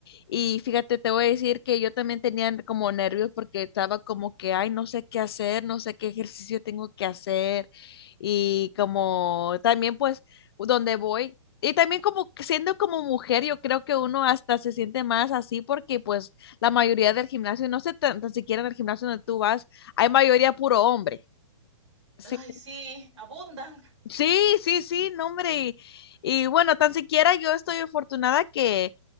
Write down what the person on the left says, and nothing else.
Y fíjate, te voy a decir que yo también tenía n- como nervios porque estaba como que, ay, no sé qué hacer, no sé qué ejercicio tengo que hacer y como también pues donde voy. Y también como que siendo como mujer, yo creo que uno hasta se siente más así porque pues la mayoría del gimnasio, no sé tan, tan siquiera en el gimnasio donde tú vas, hay mayoría puro hombre. Sí,
sí, sí, sí, no, hombre. Y, y bueno, tan siquiera yo estoy afortunada que